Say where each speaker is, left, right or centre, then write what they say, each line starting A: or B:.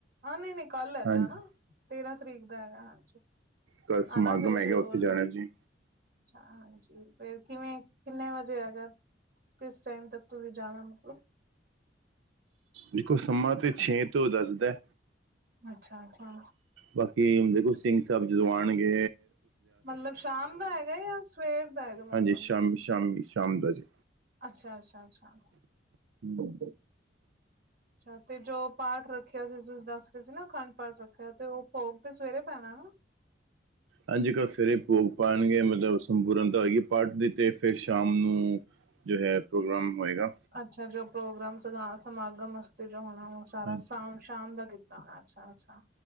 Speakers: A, on the right (about 50°); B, on the right (about 90°).
A: ਹਾਂ ਨਹੀਂ ਨਹੀਂ। ਕੱਲ
B: ਹਾਂਜੀ
A: ਹੈਗਾ ਹਣਾ ਤੇਰਾਂ ਤਰੀਕ ਦਾ ਹੈਗਾ ਹਾਂਜੀ
B: ਕੱਲ ਸਮਾਗਮ
A: ਆਨਾ ਫਿਰ ਜ਼ਰੂਰ
B: ਹੈਗਾ ਉੱਥੇ ਜਾਣਾ
A: ਹਾਂ।
B: ਜੀ
A: ਹਾਂਜੀ ਫਿਰ ਕਿਵੇਂ ਕਿੰਨੇ ਵਜੇ ਐਗਾ? ਕਿਸ ਟਾਈਮ ਤੱਕ ਤੁਸੀਂ ਜਾਣਾ ਮਤਲਬ?
B: ਦੇਖੋ ਸੰਮਾ ਤੇ ਛੇ ਤੋਂ ਦੱਸ ਦੈ।
A: ਅੱਛਾ-ਅੱਛਾ।
B: ਬਾਕੀ ਹੁਣ ਦੇਖੋ ਸਿੰਘ ਸਾਬ ਜਦੋਂ ਆਣਗੇ
A: ਮਤਲਬ, ਸ਼ਾਮ ਦਾ ਹੈਗਾ ਜਾਂ ਸਵੇਰ ਦਾ ਹੈਗਾ? ਮਤਲਬ।
B: ਹਾਂਜੀ ਸ਼ਾਮੀ ਸ਼ਾਮੀ ਸ਼ਾਮ ਦਾ ਜੀ।
A: ਅੱਛਾ, ਅੱਛਾ, ਅੱਛਾ।
B: ਹੂੰ
A: ਅਤੇ ਜੋ ਪਾਠ ਰੱਖਿਆ ਸੀ, ਤੁਸੀਂ ਦੱਸ ਰਹੇ ਸੀ ਨਾ, ਅਖੰਡ ਪਾਠ ਰੱਖਿਆ, ਤੇ ਉਹ ਭੋਗ ਤੇ ਸਵੇਰੇ ਪੈਣਾ ਹੈ ਨਾਂ?
B: ਹਾਂਜੀ ਕੱਲ ਸਵੇਰੇ ਭੋਗ ਮਤਲਬ ਸੰਪੂਰਨ ਤਾਂ ਹੋਏਗੀ ਪਾਠ ਦੀ। ਤੇ ਫਿਰ ਸ਼ਾਮ ਨੂੰ ਜੋ ਹੈ ਪ੍ਰੋਗਰਾਮ ਹੋਏਗਾ
A: ਅੱਛਾ ਜੋ ਪ੍ਰੋਗਰਾਮ ਸੀਗਾ ਸਮਾਗਮ ਵਾਸਤੇ ਹੋਣਾ ਉਹ ਸਾਰਾ,
B: ਹਾਂਜੀ
A: ਸ਼ਾਮ, ਸ਼ਾਮ ਦਾ ਕੀਤਾ ਹੋਇਆ ਅੱਛਾ ਅੱਛਾ।